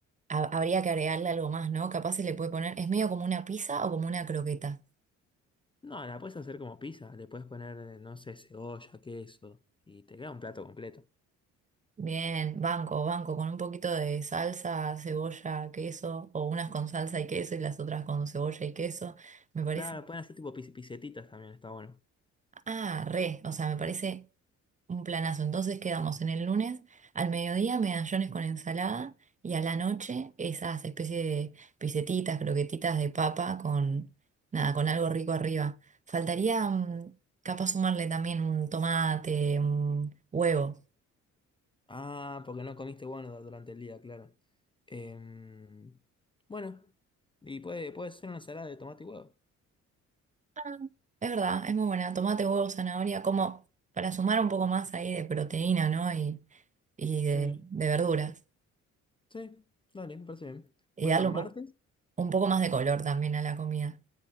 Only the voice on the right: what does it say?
ha- habría que agregarle algo más, ¿no? Capaz se le puede poner, es medio como una pizza o como una croqueta.
Bien, banco, banco, con un poquito de salsa, cebolla, queso, o unas con salsa y queso y las otras con cebolla y queso. Me parece,
ah, re, o sea, me parece Un planazo. Entonces quedamos en el lunes al mediodía medallones con ensalada y a la noche esas especies de pisetitas, croquetitas de papa con nada, con algo rico arriba. Faltaría mm, capaz sumarle también un tomate, un huevo.
Ah, es verdad, es muy buena. Tomate, huevo, zanahoria, como para sumar un poco más ahí de proteína, ¿no? Y, y de,
de verduras.
Y
darle
un poco, un poco más de color también a la comida.